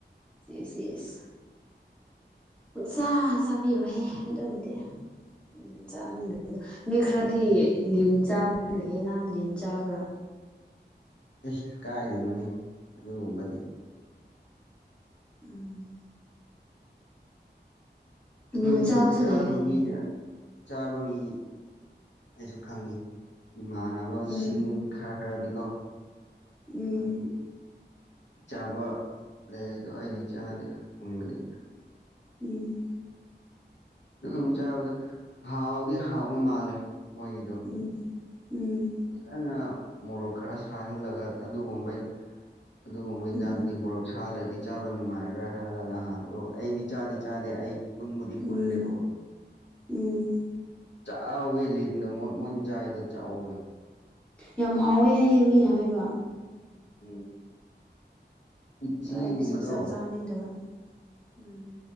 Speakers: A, in the centre; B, on the left.
A: ꯌꯦꯁ ꯌꯦꯁ ꯆ ꯆꯥꯕꯤꯔꯣꯍꯦ ꯑꯗꯨꯕꯨꯗꯤ ꯎꯝ ꯆꯥꯅꯤꯡꯗꯕꯗ ꯃꯤ ꯈꯔꯗꯤ ꯂꯤꯟ ꯆꯥꯕ ꯂꯩꯌꯦꯅ ꯂꯤꯟ ꯆꯥꯕ꯭ꯔꯥ
B: ꯑꯦ ꯀꯥꯏꯗꯅꯣ ꯑꯗꯨꯒꯨꯝꯕꯗꯤ
A: ꯎꯝ
B: ꯑꯩꯈꯣꯏꯁꯤꯁꯨ
A: ꯂꯤꯟ ꯆꯥꯕꯁꯨ
B: ꯆꯥꯕ
A: ꯂꯩꯕꯅꯦ
B: ꯃꯤꯅꯦ ꯆꯥꯕ ꯃꯤ ꯑꯩꯁꯨ ꯈꯪꯉꯤ ꯏꯃꯥꯟꯅꯕꯁꯤꯡ
A: ꯎꯝ
B: ꯈꯔ ꯈꯔꯗꯤꯀꯣ
A: ꯎꯝ
B: ꯑꯗꯨꯝ ꯆꯥꯕ ꯂꯩ ꯑꯗꯨꯣ ꯑꯩꯗꯤ ꯆꯥꯅꯗꯦ ꯑꯗꯨꯒꯨꯝꯕꯗꯤ
A: ꯎꯝ
B: ꯑꯗꯨꯝ ꯆꯥꯕꯗ ꯍꯥꯎꯗꯤ ꯍꯥꯎꯕ ꯃꯥꯜꯂꯦ ꯃꯣꯏꯒꯤꯗꯣ
A: ꯎꯝ ꯎꯝ
B: ꯐꯖꯅ ꯃꯣꯔꯣꯛ ꯈꯔ ꯁꯥꯍꯜꯂꯒ ꯑꯗꯨꯒꯨꯝꯕ ꯑꯗꯨꯒꯨꯝꯕ ꯏꯟꯖꯥꯡꯗꯤ
A: ꯎꯝ
B: ꯃꯣꯔꯣꯛ ꯁꯥꯗ꯭ꯔꯗꯤ ꯆꯥꯕ ꯅꯨꯡꯉꯥꯏꯔꯔꯣꯏ ꯍꯥꯏꯔꯒ ꯅꯍꯥꯟ ꯑꯩꯗꯤ ꯆꯥꯗꯦ ꯆꯥꯗꯦ ꯑꯩ ꯄꯨꯟꯕꯗꯤ ꯄꯨꯜꯂꯦꯕꯀꯣ꯫
A: ꯎꯝ ꯎꯝ
B: ꯆꯥꯛꯑꯧꯋꯦ ꯂꯤꯗꯣꯏ ꯃꯣꯏ ꯆꯗ ꯆꯥꯛꯑꯧꯋꯦ꯫
A: ꯌꯥꯝ ꯍꯥꯎꯋꯦ ꯍꯥꯏꯌꯦ ꯃꯤ ꯍꯥꯏꯕ꯫
B: ꯎꯝ꯫ ꯎꯆꯤꯒꯨꯝꯕꯗꯣ
A: ꯑꯗꯣ ꯑꯩꯗꯤ ꯁꯨꯡꯛꯆꯥ ꯆꯥꯅꯤꯡꯗꯕ ꯎꯝ꯫